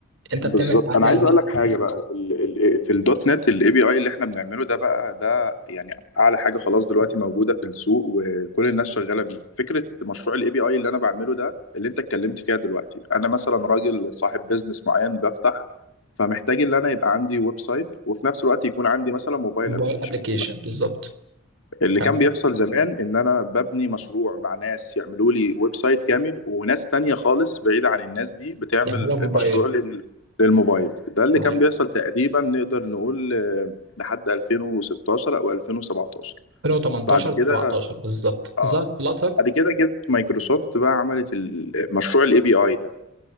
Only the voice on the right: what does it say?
انت
بتعمل حاجه
للموبايل
ابلكيشن بالظبط
حلو.
يعملها موبايل
الله
ينور
2018
17 بالظبط
ظهرت فلاتر